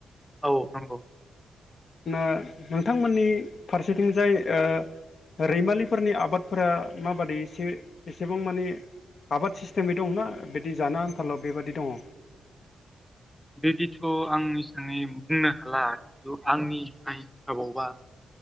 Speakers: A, in the centre; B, on the left.
A: औ नंगौ
B: नोंथांमोननि फारसेथिं जायो रैमालिफोरनि आबादफोरा माबादि एसे एसेबां माने आबाद सिस्टेमै दङना बिदि जान आनथाल' बेबायदि दङ।
A: बिदिथ' आं इसांयै बुंनो हाला खिन्थु आंनि हिसबावबा